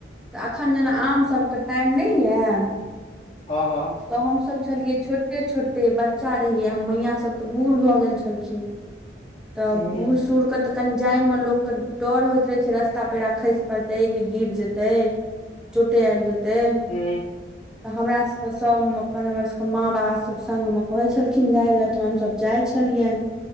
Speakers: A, in the centre; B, on the left.
A: तऽ एखन जेना आमसभके टाइम नहि यऽ
B: हँ हँ
A: तऽ हमसभ छलियै छोटे छोटे बच्चा रहियै मैया सब तऽ बूढ़ भऽ गेल छलखिन तऽ
B: हूँ
A: बूढ़ सूढ़ के त तऽ कनि जाय मे लोक के डर होइत रहै छै रस्ता पेड़ खैस पड़तै कि गिर जेतै चोटे आब जेतै
B: हू
A: तऽ हमरा तऽ सभ अपन हमरसभके माँ बाबासभ संगमे कहै छलखिन जाय लेलए तऽ हमसभ जाइ छलियनि